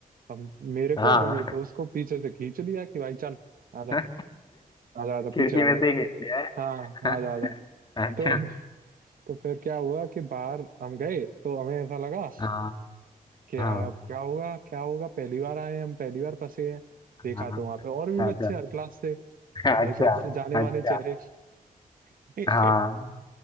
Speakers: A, on the right; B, on the left.
A: हम मेरे
B: हाँ
A: को और मेरे दोस्त को पीछे से खींच लिया कि भाई चल आजा
B: <laughs>
A: आजा आजा
B: खिड़की
A: पीछे आजा
B: में से ही खींच लिया
A: हाँ
B: है <laughs>
A: आजा आजा
B: अच्छा
A: तो तो फिर क्या हुआ कि बाहर हम गए तो हमें ऐसा लगा
B: हाँ
A: कि
B: हाँ
A: यार अब क्या होगा क्या होगा पहली बार आए हैं, हम पहली बार फंसे हैं
B: हाँ
A: देखा तो वहां पे और भी बच्चे
B: अच्छा
A: हर क्लास से
B: <laughs> अच्छा
A: हर क्लास से जाने माने
B: अच्छा
A: चेहरे <laughs>
B: हाँ